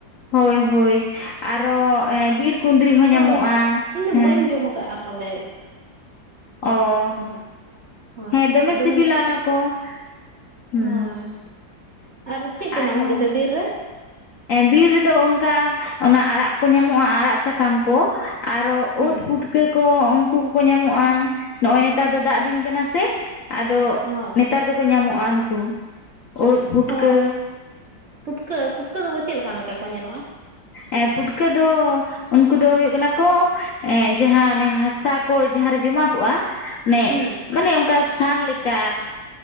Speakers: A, on the left; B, on the right.
A: ᱦᱳᱭ ᱦᱳᱭ ᱟᱨᱚ ᱵᱤᱨ ᱠᱩᱸᱫᱽᱨᱤ ᱦᱚᱸ
B: ᱛᱚ
A: ᱧᱟᱢᱚᱜᱼᱟ
B: ᱤᱧ ᱫᱚ
A: ᱦᱮᱸ
B: ᱵᱟᱹᱧ ᱡᱚᱢ ᱠᱟᱜᱼᱟ ᱯᱟᱞᱮᱫ
A: ᱚ
B: ᱦᱳᱭ ᱦᱳᱭ
A: ᱦᱮᱸ ᱫᱚᱢᱮ
B: ᱟᱫᱚ
A: ᱥᱤᱵᱤᱞᱟ ᱚᱱᱟ ᱠᱚ ᱦᱩᱸ
B: ᱦᱳᱭ ᱟᱨ ᱪᱮᱫ ᱠᱚ
A: ᱟᱨᱦᱚᱸ
B: ᱧᱟᱢᱚᱜ ᱜᱮ ᱵᱤᱨ ᱨᱮ
A: ᱵᱤᱨ ᱨᱮᱫᱚ ᱚᱱᱠᱟ ᱚᱱᱟ ᱟᱲᱟᱜ ᱠᱚ ᱧᱟᱢᱚᱜᱼᱟ ᱟᱲᱟᱜ ᱥᱟᱠᱟᱢ ᱠᱚ ᱟᱨᱚ
B: ᱦᱩᱸ
A: ᱫ ᱯᱩᱴᱠᱟᱹ ᱠᱚ ᱩᱱᱠᱩ ᱠᱚᱠᱚ ᱧᱟᱢᱚᱜᱼᱟ ᱱᱚᱜᱼᱚᱭ ᱱᱮᱛᱟᱨ ᱫᱚ ᱫᱟᱜ ᱫᱤᱱ ᱠᱟᱱᱟ ᱥᱮ ᱟᱫᱚ
B: ᱚ
A: ᱱᱮᱛᱟᱨ ᱫᱚᱠᱚ ᱧᱟᱢᱚᱜᱼᱟ ᱩᱱᱠᱩ ᱩᱫ ᱯᱩᱴᱠᱟᱹ
B: ᱚ ᱯᱩᱴᱠᱟᱹ ᱯᱩᱴᱠᱟᱹ ᱫᱚᱠᱚ ᱪᱮᱫᱠᱟᱱ ᱞᱮᱠᱟ ᱠᱚ ᱧᱮᱞᱚᱜᱼᱟ
A: ᱦᱮᱸ ᱯᱷᱩᱴᱠᱟᱹ ᱫᱚ ᱩᱱᱠᱩ ᱫᱚ ᱦ ᱦᱩᱭᱩᱜ ᱠᱟᱱᱟ ᱠᱚ ᱮ ᱡᱟᱦᱟᱸᱚᱱᱮ ᱦᱟᱥᱟ ᱠᱚ ᱡᱟᱦᱟᱸᱨᱮ ᱡᱚᱢᱟ ᱠᱚᱜᱼᱟ ᱟᱱᱮ
B: ᱦᱩᱸ
A: ᱢᱟᱱᱮ ᱚᱱᱠᱟ ᱥᱟᱱ ᱞᱮᱠᱟ